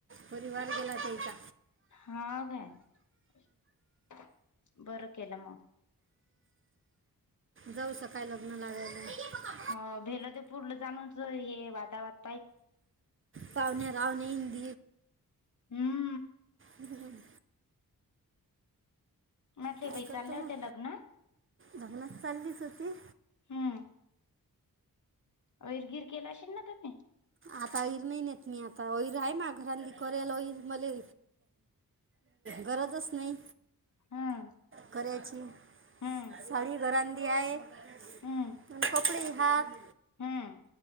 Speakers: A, on the right; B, on the left.
A: परिवार गेला त्या हिचा
B: हा काय बरं केलं मग.
A: जाऊ सकाय लग्न लागयला.
B: हो भेलं ते पूर्लं जाणच हे वादा वाद.
A: पाहणे राहणे हिंद
B: हम्म
A: हम्म हं.
B: म्हटले
A: काय
B: बाई
A: करतो
B: चालले
A: मग
B: होते लग्न
A: लग्नच चाललीच होती.
B: हम्म. वैरगैर केल असेल ना तुम्ही.
A: आता ईर नाही नेत मी आता वईर आहे मा घरांली केयला र मले. गरजच नाही
B: हम्म
A: करायची
B: हम्म
A: साडी घरा रंधी आहे म्ह
B: हम्म
A: खोकळी हाक.
B: हम्म.